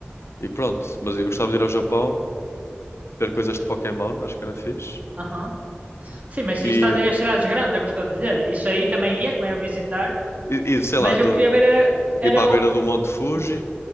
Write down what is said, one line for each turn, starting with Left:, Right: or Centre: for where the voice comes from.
Left: e pronto. Mas eu gostava de ir ao Japão, ver coisas de Pokémon, acho que era fixe.
Right: Aham. Sim, mas
Left: E,
Right: se estás aí às cidades grandes, é o que eu estou a dizer. Isso aí também ia, como é a visitar.
Left: e, e, sei
Right: Mas
Left: lá, de,
Right: eu queria
Left: de
Right: ver, era, era
Left: ir para a beira
Right: o,
Left: do Monte Fuji,
Right: o-